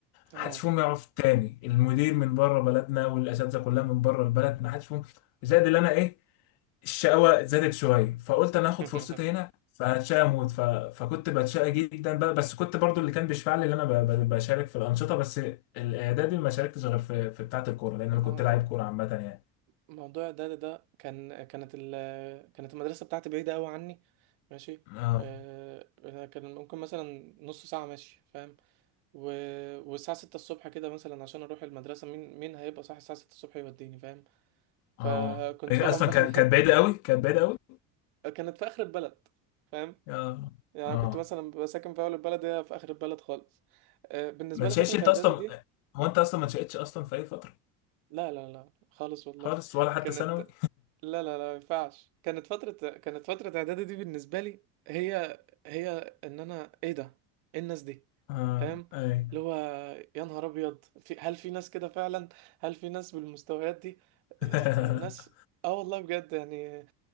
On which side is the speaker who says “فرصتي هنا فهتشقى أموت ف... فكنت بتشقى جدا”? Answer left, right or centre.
Left